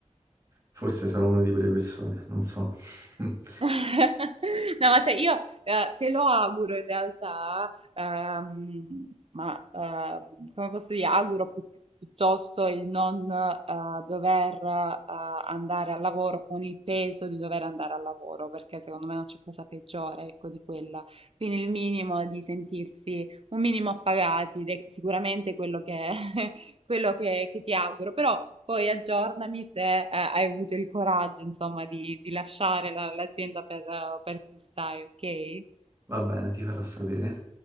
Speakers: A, on the right; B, on the right.
A: forse sarò una di quelle persone, non so. <laughs>
B: <laughs> No, ma sai, io eh, te lo auguro in realtà, ehm, ma ehm, come posso dire, auguro più- piuttosto il non eh, dover eh, andare al lavoro con il peso di dover andare al lavoro, perché secondo me non c'è cosa peggiore, ecco, di quella. Quindi il minimo di sentirsi un minimo appagati, ed è sicuramente quello che, <laughs> quello che che ti auguro, però... Poi aggiornami se eh, hai avuto il coraggio, insomma, di, di lasciare la- l'azienda per, eh, per cui stai, ok?
A: Va bene, ti farò sapere.